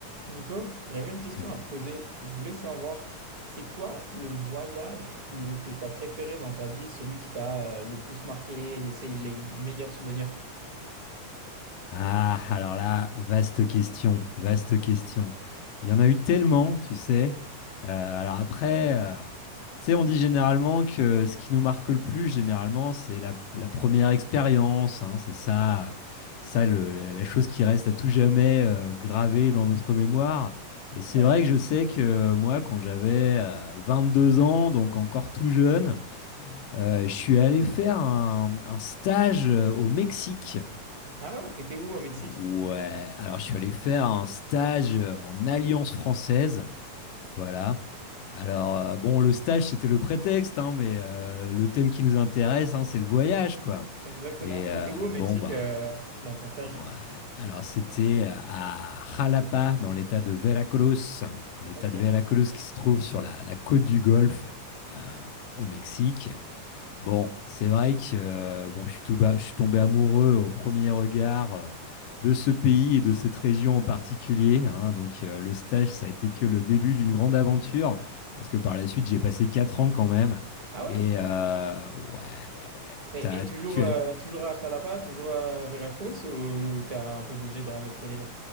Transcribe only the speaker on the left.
Euh,
Ah, alors là, vaste question, vaste question. Il y en a eu tellement, tu sais. Euh, alors après, euh, tu sais, on dit généralement que ce qui nous marque le plus, généralement, c'est la, la première expérience. hein. c'est ça, ça le- la la chose qui reste à tout jamais euh, gravée dans notre mémoire. Et c'est
vrai que je sais que euh, moi, quand j'avais euh, deux ans, donc encore tout jeune, euh, je suis allé faire un, un stage euh, au Mexique.
Ouais, alors je suis allé faire un stage euh, en Alliance française. Voilà. Alors, euh, bon, le stage, c'était le prétexte, hein, mais euh, le thème qui nous intéresse, hein, c'est le voyage, quoi.
Et
euh,
bon, bah,
ouais. Alors, c'était euh, à Jalapa, dans l'état de Veracruz. L'état
de Veracruz qui se trouve sur la, la côte du Golfe, euh, au Mexique. Bon, c'est vrai que euh, bon, je suis tout ba- je suis tombé amoureux au premier regard euh, de ce pays et de cette région en particulier. hein. donc euh, le stage, ça a été que le début d'une grande aventure, parce que par la suite, j'ai passé quatre ans quand même.
Et euh, ouais, ouais, ouais.
T'as-
tu
as-